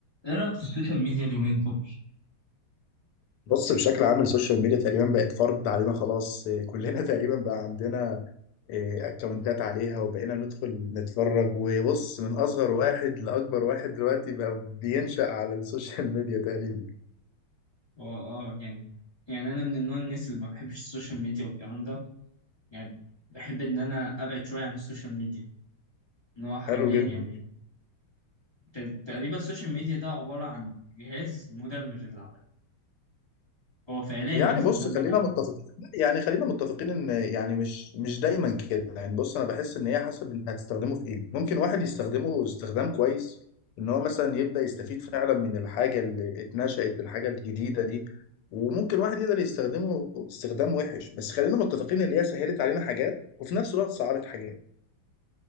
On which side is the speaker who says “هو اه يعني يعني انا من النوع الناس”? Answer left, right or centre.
Left